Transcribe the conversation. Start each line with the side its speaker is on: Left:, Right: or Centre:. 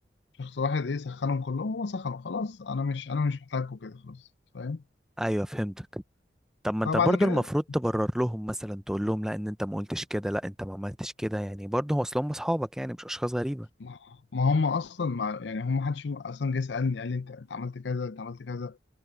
Left: شخص واحد ايه سخنهم كلهم هو سخنه خلاص انا مش انا مش محتاجكم كده خلاص فاهم
Centre: ايوه فهمتك طب ما
Left: فبعد
Centre: انت برضو
Left: كده
Centre: المفروض تبرر لهم مثلا تقول لهم لا ان انت ما قلتش كده لا انت ما عملتش كده يعني برضه هو اصل هم اصحابك يعني مش اشخاص غريبة
Left: ما ما هم اصلا ما يعني هم محدش فيهم اصلا جه سالني قال لي انت انت عملت كذا انت عملت كذا